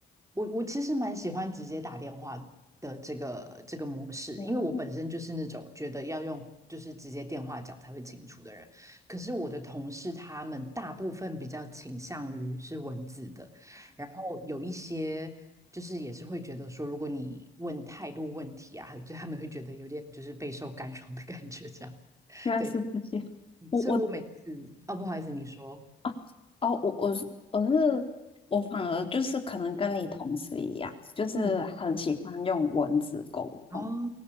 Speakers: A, on the right; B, on the left.
A: 我我其实蛮喜欢直接打电话的这个这个模式，
B: 哦，
A: 因为我本身就是那种觉得要用就是直接电话讲才会清楚的人。可是我的同事他们大部分比较倾向于是文字的，然后有一些就是也是会觉得说，如果你问太多问题啊，就他们会觉得有点就是备受干扰的感觉这样。
B: 原来是自己。
A: 对，
B: 我我
A: 所以我每次哦，不好意思，你说。
B: 啊哦，我我是我是我反而就是可能跟你同事一样，就是很喜欢用文字沟通，
A: 嗯。哦